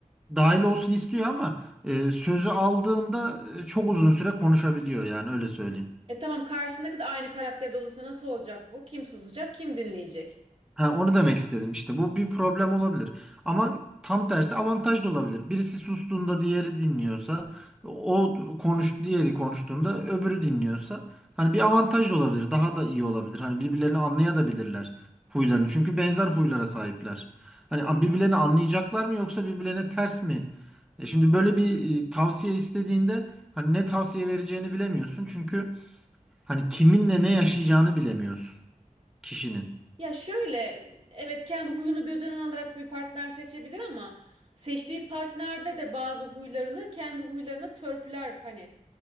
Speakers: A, in the centre; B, on the right (about 40°).
A: dahil olsun istiyor ama e, sözü aldığında e, çok uzun süre konuşabiliyor yani öyle söyleyeyim.
B: E tamam karşısındaki de aynı karakterde olursa nasıl olacak bu? Kim susacak, kim dinleyecek?
A: Ha, onu demek istedim işte. Bu bir problem olabilir. Ama tam tersi avantaj da olabilir. Birisi sustuğunda diğeri dinliyorsa, o konuş diğeri konuştuğunda öbürü dinliyorsa hani bir avantaj da olabilir. Daha da iyi olabilir. Hani birbirlerini anlayabilirler huylarını. Çünkü benzer huylara sahipler. Hani birbirlerini anlayacaklar mı yoksa birbirlerine ters mi? E şimdi böyle bir e, tavsiye istediğinde hani ne tavsiye vereceğini bilemiyorsun. Çünkü hani kiminle ne yaşayacağını bilemiyorsun kişinin.
B: Ya şöyle evet kendi huyunu göz önüne alarak bir partner seçebilir ama seçtiği partnerde de bazı huylarını kendi huylarına törpüler hani.